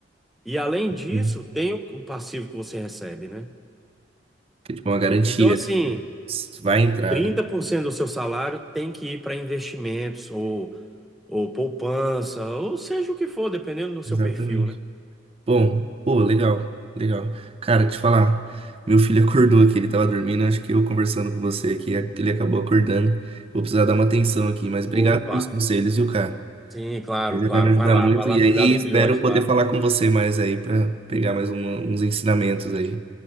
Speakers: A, in the centre; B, on the right.
A: E além disso,
B: Uhum.
A: tem o o passivo que você recebe, né?
B: Que é tipo uma garantia,
A: Então, assim,
B: né? Vai entrar,
A: 30%
B: né?
A: do seu salário tem que ir para investimentos ou ou poupança, ou seja o que for, dependendo do seu
B: Exatamente.
A: perfil, né?
B: Bom, pô, legal, legal. Cara, te falar, meu filho acordou aqui, ele tava dormindo, acho que eu conversando com você aqui, ele acabou acordando. Vou precisar dar uma atenção aqui, mas obrigado
A: Opa,
B: pelos conselhos, viu, cara?
A: sim, claro,
B: Você já
A: claro.
B: vai me ajudar
A: Vai lá,
B: muito
A: vai lá
B: e
A: cuidar
B: aí
A: do
B: espero
A: filhote
B: poder
A: lá.
B: falar com você mais aí pra pegar mais um- uns ensinamentos aí.